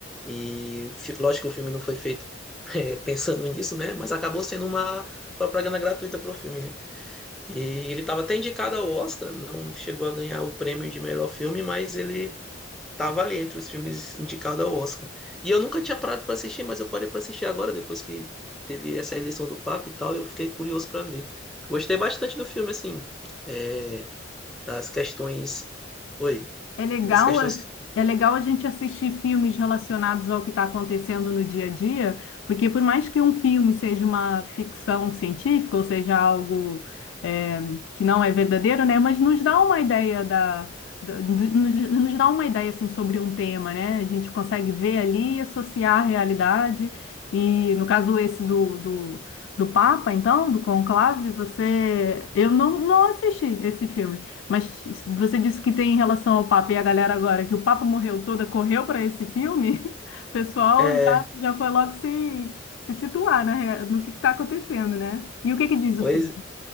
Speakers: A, in the centre; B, on the left (about 75°).
A: E fi- lógico que o filme não foi feito <laughs> eh, pensando nisso, né? Mas acabou sendo uma propaganda gratuita pro filme, né? E ele estava até indicado ao Oscar, não chegou a ganhar o prêmio de melhor filme, mas ele estava ali entre os filmes indicados ao Oscar. E eu nunca tinha parado para assistir, mas eu parei para assistir agora, depois que teve essa eleição do Papa e tal, eu fiquei curioso para ver. Gostei bastante do filme, assim, eh, das questões. Oi,
B: É legal,
A: das questões.
B: é é legal a gente assistir filmes relacionados ao que está acontecendo no dia a dia, porque por mais que um filme seja uma ficção científica, ou seja, algo é, que não é verdadeiro, né? Mas nos dá uma ideia da, da- do- nos nos dá uma ideia assim sobre um tema, né? A gente consegue ver ali e associar a realidade. E no caso esse do, do, do Papa, então, do Conclave, você, eu não, não assisti esse filme. Mas você disse que tem em relação ao Papa e a galera agora, que o Papa morreu toda, correu para esse filme, <laughs> o pessoal
A: É,
B: já, já foi logo se, se situar na no que está acontecendo, né? E o que que diz
A: pois.
B: o filme?